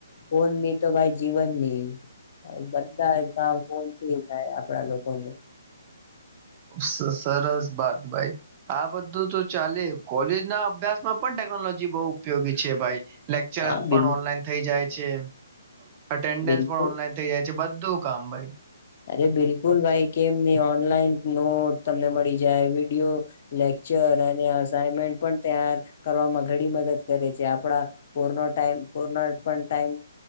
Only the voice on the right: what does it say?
સરસ બાત ભાઈ આ બધું તો ચાલે કોલેજ ના અભ્યાસ માં પણ ટેકનોલોજી બઉં ઉપયોગી છે ભાઈ લેક્ચર
પણ
ઓનલાઈન થઇ જાય છે અટેન્ડન્સ
પણ ઓનલાઈન થઇ જાય છે બધું કામ ભાઈ